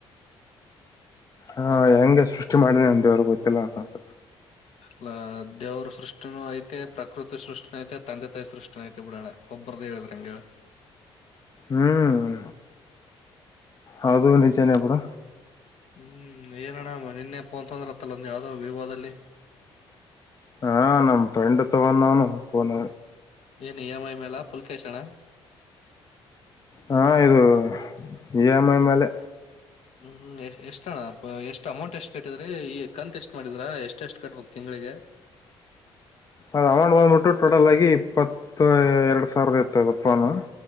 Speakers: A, on the left (about 30°); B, on the left (about 65°).
A: ಹಾ ಹೆಂಗೆ ಸೃಷ್ಟಿ ಮಾಡಿದೆ ಅ ದವ್ರ ಗೊತ್ತಿಲ್ಲ ಅಂತಂತ.
B: ಅಲ್ಲ ದೇವರ ಸೃಷ್ಟಿನೂ ಐತೆ, ಪ್ರಕೃತಿ ಸೃಷ್ಟಿ- ತಂದೆ, ತಾಯಿ ಸ್ನುಷ್ಟಿನುಐತೆ ಬುಡಣ ಒಬ್ಬ್ರದಹೇಳದರೆಂಗಣ.
A: ಹ್ಮ್, ಹೌದುನಿಜನೆಬಿಡ.
B: ಹ್ಮ್ ಏನಣ್ಣ ನಿನ್ನೆ ಫೋನ್ ತೊಂದ್ರಂತ್ತಲ್ಲ ಒಂದು ಯಾವ್ದೋ ವಿವೋದಲ್ಲಿ.
A: ಹಾ, ನಮ್ಮ ಪ್ರೆಂಡ ತಗಂದಾನಪೋನ.
B: ಏನ್ ಇ ಎಂ ಐ ಮೇಲ ಪುಲ್ಕೇಶಣ್ಣ
A: ಹಾ ಇದು ಇ ಎಮ್ ಐ ಮೇಲೆ
B: ಹ್ಮ್ ಎ ಎಷ್ಟ ಅಣ್ಣ ಎಷ್ಟ್ ಅಮೌಂಟ್ ಎಷ್ಟ್ ಕಟ್ಟಿದ್ರಿ ಈ ಕಂತ ಎಷ್ಟ್ ಮಾಡಿದ್ರ ಎಷ್ಟ ಎಷ್ಟು ಕಟ್ಬೇಕು ತಿಂಳಿಗೆ
A: ಅದ ಅಮೌಂಟ್ ಬಂದ್ಬಿಟ್ಟು ಟೋಟಲ್ ಆಗಿ ಇಪ್ಪತ್ತು ಎರಡ್ ಸಾವಿರದ ಇತಫೋನು